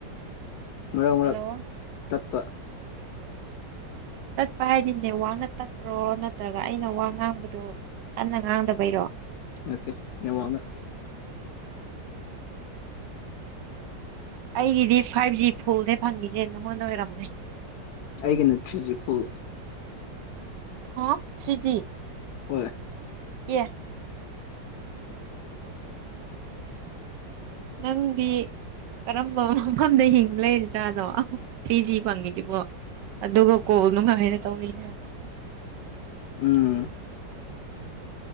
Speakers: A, on the left; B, on the right.
A: ꯃꯔꯛ ꯃꯔꯛ
B: ꯍꯜꯂꯣ
A: ꯇꯠꯄ
B: ꯇꯠꯄ ꯍꯥꯏꯗꯤ ꯅꯦꯠꯋꯥꯛꯅ ꯇꯠꯄ꯭ꯔꯣ ꯅꯠꯇ꯭ꯔꯒ ꯑꯩꯅ ꯋꯥ ꯉꯥꯡꯕꯗꯣ ꯀꯟꯅ ꯉꯥꯡꯗꯕꯩꯔꯣ
A: ꯅꯠꯇꯦ ꯅꯦꯠꯋꯥꯛꯅ
B: ꯑꯩꯒꯤꯗꯤ ꯐꯥꯏꯚ ꯖꯤ ꯐꯨꯜꯅꯦ ꯐꯪꯉꯤꯁꯦ ꯅꯉꯣꯟꯗ ꯑꯣꯏꯔꯝꯃꯅꯤ
A: ꯑꯩꯒꯤꯅ ꯊ꯭ꯔꯤ ꯖꯤ ꯐꯨꯜ
B: ꯍꯥ ꯊ꯭ꯔꯤ ꯖꯤ
A: ꯍꯣꯏ
B: ꯑꯦ ꯅꯪꯗꯤ ꯀꯔꯝꯕ ꯃꯐꯝꯗ ꯍꯤꯡ ꯂꯩꯔꯤꯖꯥꯠꯅꯣ ꯑꯍ ꯊ꯭ꯔꯤ ꯖꯤ ꯐꯪꯉꯤꯁꯤꯕꯣ ꯑꯗꯨꯒ ꯀꯣꯜ ꯅꯨꯡꯉꯥꯏꯅ ꯇꯧꯔꯤꯅꯦ <inaudible>
A: ꯎꯝ